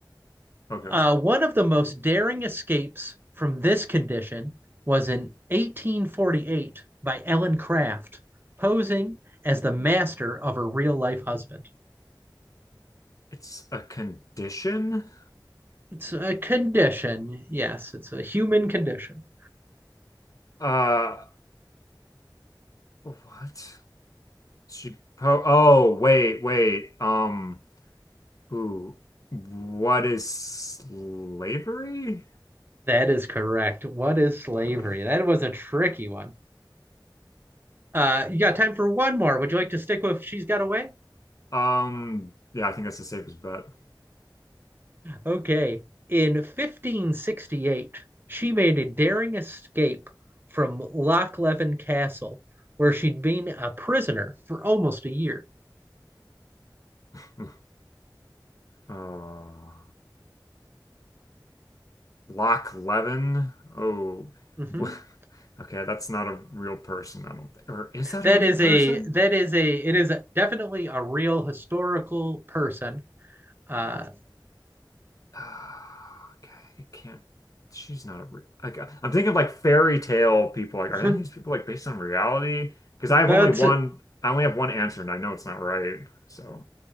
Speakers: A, on the left; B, on the right.
A: Okay.
B: Uh, one of the most daring escapes from this condition was in 1848 by Ellen Craft, posing as the master of her real life husband.
A: It's a condition?
B: It's a condition. Yes, it's a human condition.
A: Uh, what? She, po oh, wait, wait. Um, Ooh, what is slavery?
B: That is correct. What is slavery?
A: All
B: That was a tricky one. Uh, you got time for one more. Would you like to stick with She's Got Away? <laughs>
A: right. Um, yeah, I think that's the safest bet.
B: Okay. In 1568, she made a daring escape from Lochleven Castle, where she'd been a prisoner for almost a year.
A: <laughs> Um, Loch Levin. Oh,
B: Mhm.
A: wh- <laughs> okay, that's not a real person. I don't think, or is that
B: That
A: a real
B: is
A: person?
B: a that is a it is a- definitely a real historical person. Uh,
A: Ah, okay, it can't. She's not a real. I got, I'm thinking of like fairy tale people. Like,
B: <laughs>
A: are any of these people like based on reality? Because I have
B: that's
A: only one. I only have one answer, and I know it's not right. So.